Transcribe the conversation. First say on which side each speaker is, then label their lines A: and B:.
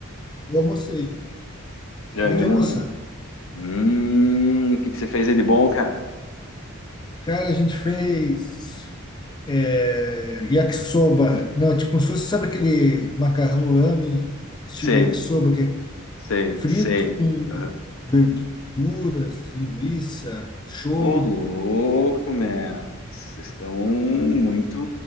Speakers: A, on the left; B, on the left.
A: Eu almocei já.
B: Não,
A: Acabei
B: eu
A: de
B: ainda
A: almoçar.
B: não. Hum, o que que você fez aí de bom, cara?
A: Cara, a gente fez é, yakisoba. Não, é tipo, como se fosse, sabe aquele macarrão lamen, estilo
B: Sei,
A: yakisoba, que é
B: sei,
A: frito
B: sei.
A: com
B: Aham.
A: verduras, linguiça, shoyu.
B: Ô, louco, man. Vocês estão muito